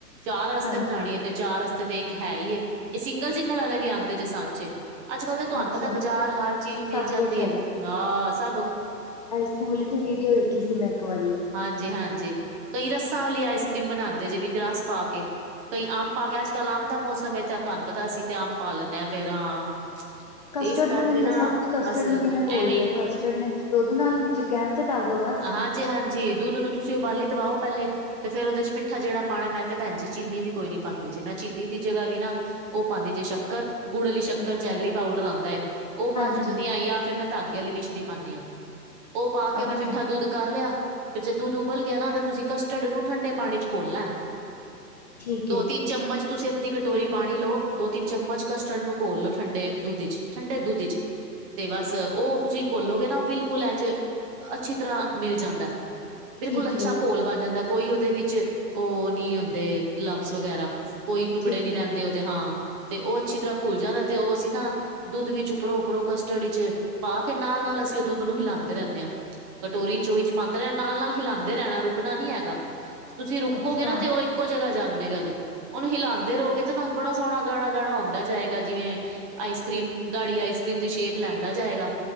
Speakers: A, on the right; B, on the left.
A: ਚਾਰ ਵਾਸਤੇ
B: ਹਾਂਜੀ
A: ਬਣਾਣੀ ਐ ਤੇ ਚਾਰ ਵਾਸਤੇ ਤੇ ਇੱਕ ਹੈ ਹੀ ਏ, ਇਹ ਸਿੰਗਲ-ਸਿੰਗਲ ਆਲੇ ਵੀ, ਆਂਦੇ ਜੇ ਸਾਂਚੇ। ਅੱਜ-ਕੱਲ੍ਹ ਤਾਂ ਤੁਹਾਨੂੰ
B: ਅੱਛਾ।
A: ਪਤਾ, ਬਜ਼ਾਰ ਹਰ ਚੀਜ਼
B: ਸਭ
A: ਮਿਲ ਜਾਂਦੀ
B: ਕੁਛ
A: ਏ, ਹਾਂ ਸਭ
B: ਫੋਨ ਤੇ, ਵੀਡੀਓ ਵੇਖੀ ਸੀ, ਮੈ ਇਕ ਵਾਰੀ-
A: ਹਾਂਜੀ -ਹਾਂਜੀ ਕਈ ਰੱਸਾਂ ਵਾਲੀ, ਆਈਸਕ੍ਰੀਮ ਬਣਾਦੇ ਜੇ ਵਿਚ ਰਸ ਪਾ ਕੇ ਕਈ ਅੰ ਪਾ ਕੇ, ਅਜ -ਕਲ ਅੰਬ ਦਾ ਮੌਸਮ ਹੈ। ਤੇ ਤੁਹਾਨੂੰ ਪਤਾ ਅਸੀ ਤੇ ਅੰਬ ਪਾ ਲੈ ਨੇ ਹਾਂ, ਫੇਰ ਹਾਂ
B: ਕਸਟਰਡ
A: ਤੇ ਇਸ ਕਰਕੇ
B: ਨੂੰ ਮੈ ਦੱਸਾਂ,
A: ਨਾ
B: ਕਸਟਰਡ
A: ਬਸ
B: ਨੂੰ ਕਿਵੇਂ ਘੋਲਦੇ
A: ਐਵੇਂ
B: ਓ, ਕਸਟਰਡ ਨੇ ਦੁੱਧ ਨਾਲ ਵਿੱਚ ਗੈਸ ਧੰਨ ਦੋ ਬਸ
A: ਹਾਂਜੀ-ਹਾਂਜੀ ਦੁੱਧ ਨੂੰ ਤੁਸੀਂ ਉਬਾਲੀ ਦਵਾਓ ਪਹਿਲੇ। ਤੇ ਫਿਰ ਉਹਦੇ 'ਚ ਮਿੱਠਾ ਜਿਹੜਾ ਪਾਣਾ ਮੈਂ ਤੇ ਭੈਣ ਜੀ ਚੀਨੀ ਵੀ ਕੋਈ ਨੀ ਪਾਂਦੇ ਜੇ ਮੈਂ ਚੀਨੀ ਦੀ ਜਗ੍ਹਾ ਵੀ ਨਾ ਉਹ ਪਾਂਦੀ ਜੇ ਸ਼ੱਕਰ। ਗੁੜ ਵਾਲੀ ਸ਼ੱਕਰ
B: ਅੱਛਾ
A: ਜੈਗਰੀ ਪਾਊਡਰ ਆਂਦਾ ਇੱਕ ਉਹ ਪਾ
B: ਹਾਂਜੀ
A: ਛੱਡਣੀ ਆ ਜਾ ਫਿਰ ਮੈਂ ਧਾਗੇ ਵਾਲੀ ਮਿਸ਼ਰੀ ਪਾਣੀ ਆ। ਉਹ ਪਾ ਕੇ
B: ਅੱਛਾ
A: ਮੈਂ ਮਿੱਠਾ ਦੁੱਧ ਕਰ ਲਿਆ ਫਿਰ ਜੇ ਦੁੱਧ ਉਬਲ ਗਿਆ ਨਾ ਤੇ ਤੁਸੀਂ ਕਸਟਰਡ ਨੂੰ ਠੰਡੇ ਪਾਣੀ 'ਚ ਘੋਲਣਾ।
B: ਠੀਕ
A: ਦੋ,
B: ਏ
A: ਤਿੰਨ ਚਮਚ ਤੁਸੀਂ ਅੱਧੀ ਕਟੋਰੀ ਪਾਣੀ ਲੋ ਦੋ, ਤਿੰਨ ਚਮਚ ਕਸਟਰਡ ਨੂੰ ਘੋਲ ਲੋ ਠੰਡੇ ਦੁੱਧ ਵਿਚ ਠੰਡੇ ਦੁੱਧ ਵਿਚ। ਤੇ ਬਸ ਉਹ ਤੁਸੀਂ ਘੋਲੋਗੇ ਨਾ ਉਹ ਬਿਲਕੁਲ ਇੰਝ ਅੱਛੀ ਤਰ੍ਹਾਂ ਮਿਲ ਜਾਂਦਾ। ਬਿਲਕੁਲ
B: ਠੀਕ
A: ਅੱਛਾ
B: ਏ
A: ਘੋਲ ਬਣ ਜਾਂਦਾ ਕੋਈ ਉਹਦੇ ਵਿੱਚ ਉਹ ਨੀ ਹੁੰਦੇ ਲੰਗਸ ਵਗੈਰਾ। ਕੋਈ ਟੁਕੜੇ
B: ਠੀਕ
A: ਨੀ
B: ਏ
A: ਰਹਿੰਦੇ ਉਹਦੇ ਹਾਂ ਤੇ ਉਹ ਅੱਛੀ ਤਰ੍ਹਾਂ ਘੁਲ ਜਾਂਦਾ ਤੇ ਉਹ ਅਸੀਂ ਨਾ ਦੁੱਧ ਵਿੱਚ ਉੱਪਰੋਂ-ਉੱਪਰੋਂ ਕਸਟਰਡ ਵਿਚ ਪਾ ਕੇ ਨਾਲ-ਨਾਲ ਅਸੀਂ ਉਹ ਦੁੱਧ ਨੂੰ ਹਿਲਾਂਦੇ ਰਹਿੰਦੇ ਆ। ਕਟੋਰੀ ਚੋਰੀ 'ਚ ਪਾਂਦੇ ਰਹਿਣਾ ਨਾਲ-ਨਾਲ ਹਿਲਾਂਦੇ ਰਹਿਣਾ ਰੁਕਣਾ ਨੀ ਹੈਗਾ ਤੁਸੀਂ ਰੁਕੋਗੇ
B: ਅੱਛਾ
A: ਨਾ ਤੇ ਉਹ ਇੱਕ ਇੱਕੋ ਜਗਾ ਜੰਮ ਜਾਏਗਾ ਜੇ ਉਹਨੂੰ ਹਲਾਂਦੇ ਰਹੋਗੇ ਤੇ ਨਾ ਬੜਾ ਸੋਹਣਾ ਗਾੜਾ-ਗਾੜਾ ਹੁੰਦਾ ਜਾਏਗਾ ਜਿਵੇਂ ਆਈਸ ਕਰ੍ਰੀਮ ਗਾੜੀ ਆਈਸ ਕਰ੍ਰੀਮ ਦੀ ਸ਼ੇਪ ਲੈਂਦਾ ਜਾਏਗਾ